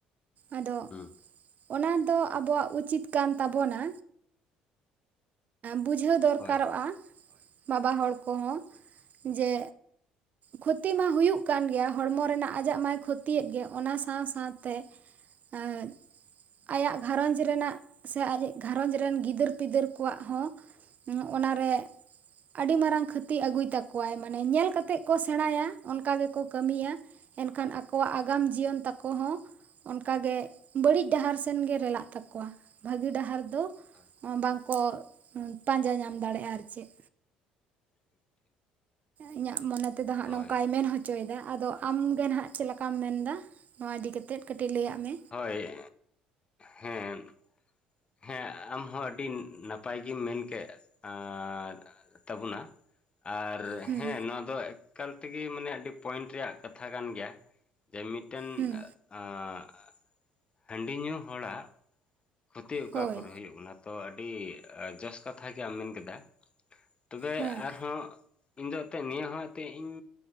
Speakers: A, on the right; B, on the left.
A: ᱟᱫᱚ
B: ᱦᱩᱸ
A: ᱚᱱᱟ ᱫᱚ ᱟᱵᱚᱣᱟᱜ ᱩᱪᱤᱛ ᱠᱟᱱ ᱛᱟᱵᱚᱱᱟ ᱵᱩᱡᱷᱟᱹᱣ ᱫᱚᱨᱠᱟᱨᱚᱜ-ᱟ
B: ᱦᱳᱭ
A: ᱵᱟᱵᱟ ᱦᱚᱲ ᱠᱚᱦᱚᱸ
B: ᱴᱷᱤᱠ
A: ᱡᱮ, ᱠᱷᱚᱛᱤ ᱢᱟ ᱦᱩᱭᱩᱜ ᱠᱟᱱ ᱜᱮᱭᱟ ᱦᱚᱲᱢᱚ ᱨᱮᱱᱟᱜ ᱟᱡᱟᱜ ᱢᱟᱭ ᱠᱷᱚᱛᱤ ᱭᱮᱫ ᱜᱮ, ᱚᱱᱟ ᱥᱟᱶ ᱥᱟᱶᱛᱮ ᱮᱸᱫ ᱟᱭᱟᱜ ᱜᱷᱟᱨᱚᱸᱡᱽ ᱨᱮᱱᱟᱜ ᱥᱮ ᱟᱡ ᱜᱷᱟᱨᱚᱸᱡᱽ ᱨᱮᱱ ᱜᱤᱫᱟᱹᱨ ᱯᱤᱫᱟᱹᱨ ᱠᱚᱣᱟᱜ ᱦᱚᱸ ᱦᱩᱸ, ᱚᱱᱟᱨᱮ ᱟᱹᱰᱤ ᱢᱟᱨᱟᱝ ᱠᱷᱟᱹᱛᱤ ᱟᱹᱜᱩᱭ ᱛᱟᱠᱚᱣᱟᱭ ᱢᱟᱱᱮ ᱧᱮᱞ ᱠᱟᱛᱮᱜ ᱠᱚ ᱥᱮᱬᱟᱭᱟ ᱚᱱᱠᱟ ᱜᱮᱠᱚ ᱠᱟᱹᱢᱤᱭᱟ᱾ ᱮᱱᱠᱷᱟᱱ ᱟᱠᱚᱣᱟᱜ ᱟᱜᱟᱢ ᱡᱤᱭᱚᱱ ᱛᱟᱠᱚ ᱦᱚᱸ᱾ ᱚᱱᱠᱟᱜᱮ ᱵᱟᱹᱲᱤᱡ ᱰᱟᱦᱟᱨ ᱥᱮᱱᱜᱮ ᱨᱮᱞᱟᱜ ᱛᱟᱠᱚᱣᱟ ᱵᱷᱟᱹᱜᱤ ᱰᱟᱦᱟᱨ ᱫᱚ
B: ᱦᱳᱭ ᱦᱳᱭ
A: ᱵᱟᱝ᱾ ᱠᱚ ᱯᱟᱸᱡᱟ ᱧᱟᱢ ᱫᱟᱲᱮᱭᱟᱜ-ᱟ ᱟᱨ ᱪᱮᱫ᱾
B: ᱴᱷᱤᱠ ᱴᱷᱤᱠ
A: ᱤᱧᱟᱹᱜ ᱢᱚᱱᱮ ᱛᱮᱫᱚ ᱦᱟᱸᱜ
B: ᱦᱳᱭ
A: ᱱᱚᱝᱠᱟᱭ ᱢᱮᱱ ᱦᱚᱪᱚᱭᱮᱫᱟ ᱟᱫᱚ ᱟᱢᱜᱮ ᱱᱟᱜ ᱪᱮᱫ ᱞᱮᱠᱟᱢ
B: ᱦᱳᱭ
A: ᱢᱮᱱᱫᱟ? ᱱᱚᱣᱟ ᱤᱫᱤ ᱠᱟᱛᱮᱫ ᱠᱟᱹᱴᱤᱡ ᱞᱟᱹᱟᱭᱟᱜ ᱢᱮ᱾
B: ᱦᱳᱭ, ᱦᱩᱸ᱾ ᱦᱮᱸ ᱟᱢᱦᱚᱸ ᱟᱹᱰᱤ ᱱᱟᱯᱟᱭ ᱜᱮᱢ ᱢᱮᱱᱠᱮᱜ ᱟᱨ ᱛᱟᱵᱚᱱᱟ ᱟᱨ ᱟᱨ
A: ᱦᱩᱸ
B: ᱦᱮᱸ ᱱᱚᱣᱟ ᱫᱚ ᱮᱠᱟᱞ ᱛᱮᱜᱮ ᱢᱟᱱᱮ ᱟᱹᱰᱤ ᱯᱚᱭᱮᱱᱴ ᱨᱮᱭᱟᱜ ᱠᱟᱛᱷᱟ ᱠᱟᱱ ᱜᱮᱭᱟ ᱡᱮ ᱢᱤᱫ ᱢᱤᱫᱴᱮᱱ
A: ᱦᱩᱸ
B: ᱟᱸᱻ ᱦᱟᱺᱰᱤ ᱧᱩ ᱦᱚᱲᱟᱜ ᱠᱷᱚᱛᱤ ᱚᱠᱟ
A: ᱦᱳᱭ
B: ᱠᱚᱨᱮ ᱦᱩᱭᱩᱜ ᱠᱟᱱᱟ ᱛᱚ ᱟᱹᱰᱤ ᱡᱚᱥ ᱠᱟᱛᱷᱟ ᱜᱮ ᱟᱢ ᱢᱮᱱ ᱠᱮᱫᱟ᱾ ᱛᱚᱵᱮ
A: ᱦᱮᱸ
B: ᱟᱨᱦᱚᱸ ᱤᱧ ᱫᱚ ᱮᱱᱛᱮᱫ ᱱᱤᱭᱟᱹ ᱦᱚᱸ ᱮᱱᱛᱮᱫ ᱤᱧ